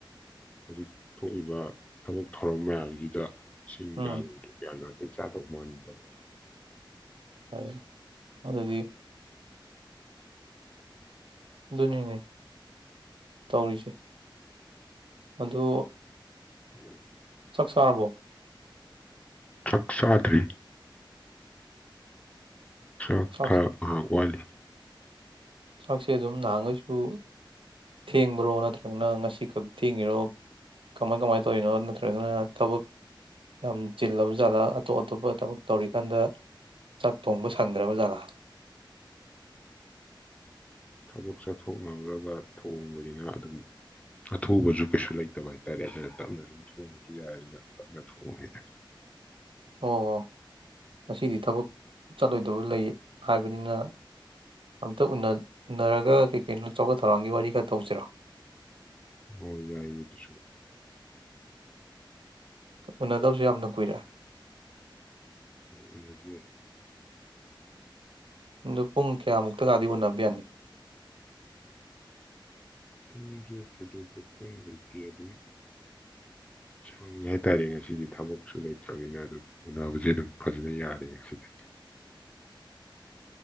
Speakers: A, on the left; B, on the right.
A: ꯍꯧꯖꯤꯛ ꯊꯣꯛꯏꯕ ꯊꯕꯛ ꯊꯧꯔꯝ ꯃꯌꯥꯝꯁꯤꯗ ꯁꯤꯡꯒꯥꯂꯨꯗꯨ
B: ꯎꯝ
A: ꯀꯌꯥꯅ ꯅꯥꯇꯩ ꯆꯥꯗꯕ ꯃꯥꯟꯗꯕ
B: ꯐꯔꯦ ꯑꯗꯨꯗꯤ ꯑꯗꯨꯅꯦꯅꯦ ꯇꯧꯔꯤꯁꯦ ꯑꯗꯨ
A: ꯎꯝ
B: ꯆꯥꯛ ꯆꯥꯔꯕꯣ
A: ꯆꯥꯛ ꯆꯥꯗ꯭ꯔꯤ ꯆꯥꯛ
B: ꯆꯥꯛꯁꯤ
A: ꯈꯔ ꯉꯍꯥꯛ ꯋꯥꯠꯂꯤ
B: ꯆꯥꯛꯁꯦ ꯑꯗꯨꯝ ꯅꯍꯥꯟꯈꯩꯁꯨ ꯊꯦꯡꯕ꯭ꯔꯣ ꯅꯠꯇ꯭ꯔꯒꯅ ꯉꯁꯤꯈꯛ ꯊꯦꯡꯉꯤꯔꯣ ꯀꯃꯥꯏ ꯀꯃꯥꯏꯅ ꯇꯧꯔꯤꯅꯣ ꯅꯠꯇ꯭ꯔꯒꯅ ꯊꯕꯛ ꯌꯥꯝ ꯆꯤꯜꯂꯕ ꯖꯥꯠꯂꯥ ꯑꯇꯣꯞ ꯑꯇꯣꯞꯄ ꯊꯕꯛ ꯇꯧꯔꯤꯀꯥꯟꯗ ꯆꯥꯛ ꯊꯣꯡꯕ ꯁꯟꯗ꯭ꯔꯕ ꯥꯠꯂꯥ
A: ꯊꯕꯛ ꯆꯠꯊꯣꯛꯅꯨꯔꯒ ꯊꯣꯡꯕꯅꯤꯅ ꯑꯗꯨꯝ ꯑꯊꯨꯕꯁꯨ ꯀꯩꯁꯨ ꯂꯩꯇꯕ ꯍꯥꯏꯇꯥꯔꯦ ꯑꯗꯨꯅ ꯇꯞꯅ ꯑꯗꯨꯝ ꯊꯣꯡꯕꯁꯨ ꯌꯥꯔꯤꯅ ꯇꯞꯅ ꯊꯣꯡꯉꯉꯦꯗ
B: ꯑꯣ ꯑꯣ ꯉꯁꯤꯗꯤ ꯊꯕꯛ ꯆꯠꯂꯣꯏꯗꯕ ꯂꯩ ꯍꯥꯏꯕꯅꯤꯅ ꯑꯝꯇ ꯎꯅꯔꯒ ꯀꯩ ꯀꯩꯅꯅꯣ ꯆꯥꯎꯈꯠ ꯊꯧꯔꯥꯡꯒꯤ ꯋꯥꯔꯤ ꯈꯔ ꯇꯧꯁꯤꯔꯣ
A: ꯑꯣ ꯌꯥꯏꯌꯦ ꯑꯗꯨꯁꯨ
B: ꯎꯅꯗꯕꯁꯨ ꯌꯥꯝꯅ ꯀꯨꯏꯔꯦ
A: ꯎꯅꯒꯤ
B: ꯑꯗꯨ ꯄꯨꯡ ꯀꯌꯥꯃꯨꯛꯇꯒꯗꯤ ꯎꯟꯅꯕ ꯌꯥꯅꯤ
A: ꯁꯦ ꯊꯗ ꯀꯝ ꯂꯩꯇꯦ ꯑꯗꯨꯝ ꯁꯪꯉꯦ ꯍꯥꯏꯇꯥꯔꯦ ꯉꯁꯤꯗꯤ ꯊꯕꯛꯁꯨ ꯂꯩꯇ꯭ꯔꯕꯅꯤꯅ ꯑꯗꯨꯝ ꯎꯣꯅꯕꯁꯦ ꯑꯗꯨꯝ ꯐꯖꯅ ꯌꯥꯔꯦ ꯉꯁꯤꯗꯤ